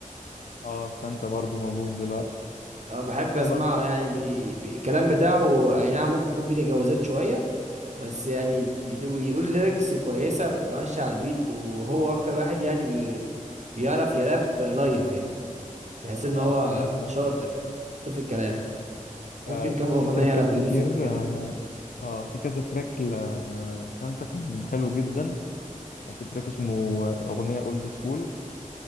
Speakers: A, on the left; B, on the right.
A: اه سانتا برضو موجود دلوقتي
B: اه بحب
A: كان
B: اسمعه
A: برضو ك...
B: يعني بي... بي... الكلام بتاعه اي نعم ممكن يكون فيه تجاوزات شويه بس يعني بيت- بيقول ليركس كويسه بتبقى ماشيه على البيت وهو اكتر واحد يعني بي... بيعرف يراب لايف يعني بحيث ان
A: اه
B: هو
A: انا
B: شاطر شاطر في الكلام
A: آه
B: ممكن كام اغنيه
A: في تراكات
B: لابو
A: كتير
B: يوسف كده
A: اه آه، في كذا تراك لسانتا كان حلو جدا كان في تراك اسمه أغنية اولد سكول